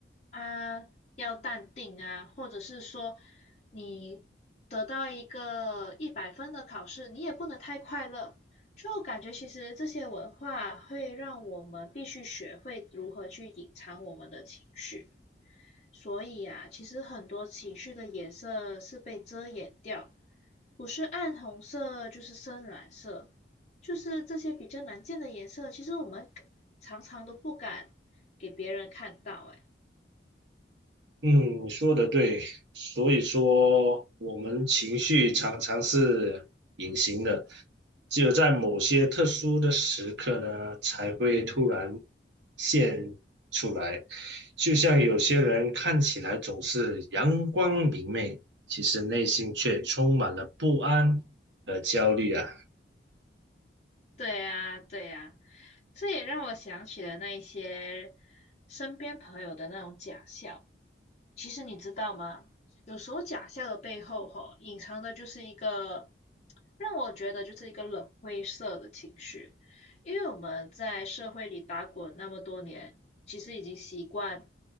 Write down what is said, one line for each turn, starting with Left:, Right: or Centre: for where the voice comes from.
Left: 啊，要淡定啊，或者是说你得到一个一百分的考试，你也不能太快乐。就感觉其实这些文化会让我们必须学会如何去隐藏我们的情绪。所以啊，其实很多情绪的颜色是被遮掩掉，不是暗红色就是深蓝色，就是这些比较难见的颜色，其实我们常常都不敢给别人看到，哎，
Right: 嗯，你说的对，所以说我们情绪常常是隐形的，只有在某些特殊的时刻呢，才会突然现出来。就像有些人看起来总是阳光明媚，其实内心却充满了不安和焦虑啊。
Left: 对呀，对呀，这也让我想起了那一些身边朋友的那种假笑。其实你知道吗？有时候假笑的背后，吼，隐藏的就是一个让我觉得就是一个冷灰色的情绪，因为我们在社会里打滚那么多年，其实已经习惯